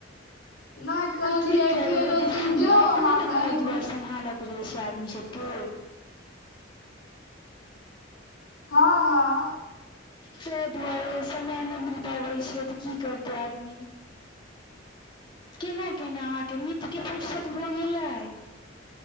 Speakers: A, on the left; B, on the left.
A: नहि कहलियै
B: आब की करबै
A: फेरो
B: देखियौ,
A: तू जो
B: अपने
A: हम
B: नै घर-दुआर
A: अयबो
B: से सम्हारि कऽ रहै छै आदमी सभके।
A: हँ -हँ।
B: से भऽ गेल समय नहि मिल पाबैत छै, तऽ की करतै आदमी। केना-केना अहाँके मित्रके फुरसत भऽ गेलै?